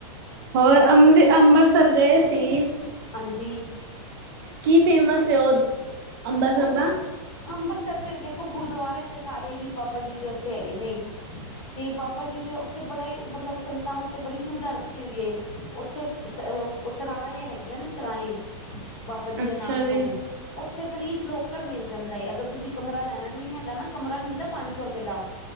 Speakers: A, on the right (about 40°); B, on the left (about 70°).
A: ਹੋਰ ਅੰ ਅੰਮ੍ਰਿਤਸਰ ਗਏ
B: ਤੁਸੀਂ
A: ਸੀ
B: ਹਾਂਜੀ
A: ਕੀ ਫੇਮਸ ਹੈ, ਉਹ ਅੰਬਰਿਸਰ
B: ਉਹ
A: ਦਾ
B: ਅੰਮ੍ਰਿਤਸਰ ਤੇ ਦੇਖੋ ਗੁਰਦੁਆਰੇ ਤੇ ਸਾਰੇ ਹੀ ਬਾਬਾ ਜੀ ਦੇ ਉੱਥੇ ਹੈਗੇ ਨੇ। ਤੇ ਬਾਬਾ ਜੀ ਦੇ ਉੱਥੇ, ਬੜੇ ਮਤਲਬ ਸੰਗਤਾਂ ਵਾਸਤੇ ਬੜੀ ਸੁਵਿਧਾ ਰੱਖੀ ਹੋਈ ਏ। ਉੱਥੇ ਸਰਾਏ ਹੈਗੀਆਂ ਨੇ ਸਰਾਏ ਬਾਬਾ ਜੀ
A: ਅੱਛਾ
B: ਦੇ ਨਾਮ
A: ਜੀ
B: ਤੋਂ ਉੱਥੇ ਫਰੀੀਜ਼ ਲੋਕਰ ਮਿਲ ਜਾਂਦਾ ਏ ਅਗਰ ਤੁਸੀਂ ਕਮਰਾ ਲੈਣਾ ਨੀ ਹੈਗਾ ਨਾ ਕਮਰਾ ਮਿਲਦਾ ਪੰਜ ਸੌ ਰੁਪਏ ਦਾ